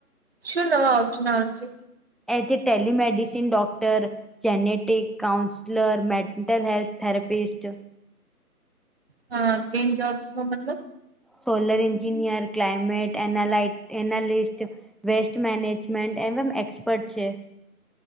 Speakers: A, on the right; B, in the centre.
A: શું નવા ઓશન આવે છે?
B: એ જે telemedicine doctor genetic counsellor, mental health therapist
A: હા ગ્રીન જોબ્સ મતલબ?
B: સોલર એન્જિનિયર ક્લાઇમેટ એના એનાલિસ્ટ વેસ્ટ મેનેજમેન્ટ એમ એક્સપર્ટ છે.